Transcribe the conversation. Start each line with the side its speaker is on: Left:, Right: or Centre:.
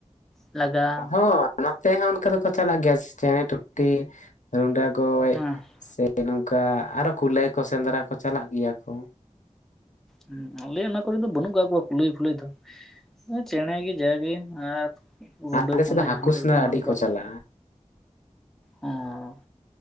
Centre: ᱞᱟᱜᱟᱼᱼ
Left: ᱦᱚᱸ ᱱᱟᱛᱮ ᱦᱚᱸ ᱚᱱᱠᱟ ᱫᱚᱠᱚ ᱪᱟᱞᱟᱜ ᱜᱮᱭᱟ ᱪᱮᱸᱬᱮ ᱴᱩᱴᱤ ᱨᱩᱰᱟᱹ ᱜᱚᱡ
Centre: ᱦᱮᱸ
Left: ᱥᱮᱼᱼ ᱱᱚᱝᱠᱟ ᱟᱨᱚ ᱠᱩᱞᱟᱹᱭ ᱠᱚ ᱥᱮᱸᱫᱽᱨᱟ ᱠᱚ ᱪᱟᱞᱟᱜ ᱜᱮᱭᱟ ᱠᱚ
Centre: <unintelligible> ᱟᱞᱮ ᱚᱱᱟ ᱠᱚᱨᱮ ᱫᱚ ᱵᱟᱹᱱᱩᱜ ᱠᱟᱜ ᱠᱚᱣᱟ ᱠᱩᱞᱟᱹᱭ ᱯᱷᱩᱞᱟᱹᱭ ᱫᱚ ᱪᱮᱸᱬᱮ ᱜᱮ ᱡᱟ ᱜᱮ ᱟᱨ ᱨᱩᱰᱟᱹ
Left: ᱟᱞᱮ
Centre: ᱯᱩᱰᱟᱹ
Left: ᱥᱮᱫ ᱫᱚ ᱦᱟᱹᱠᱩ
Centre: ᱡᱟᱦᱟᱱ ᱠᱚ
Left: ᱥᱮᱸᱫᱽᱨᱟ
Centre: ᱧᱟᱢ
Left: ᱟᱹᱰᱤ
Centre: ᱠᱚᱣᱟ
Left: ᱠᱚ ᱪᱟᱞᱟᱜᱼᱟ
Centre: ᱚᱸ